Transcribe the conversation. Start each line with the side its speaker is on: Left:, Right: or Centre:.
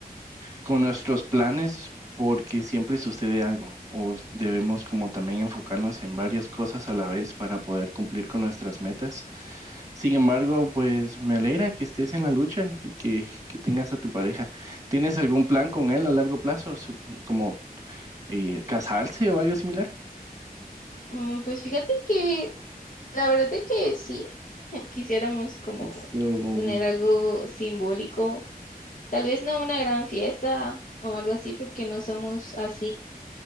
Right: con nuestros planes porque siempre sucede algo o debemos como también enfocarnos en varias cosas a la vez para poder cumplir con nuestras metas. Sin embargo, pues me alegra que estés en la lucha y que, que tengas a tu pareja. ¿Tienes algún plan con él a largo plazo, Su- como eh, casarse o algo similar?
Left: Mm, Pues fíjate que la verdad es que sí, <laughs> quisiéramos como
Right: Eso, ujú.
Left: tener algo simbólico, tal vez no una gran fiesta o algo así porque no somos así,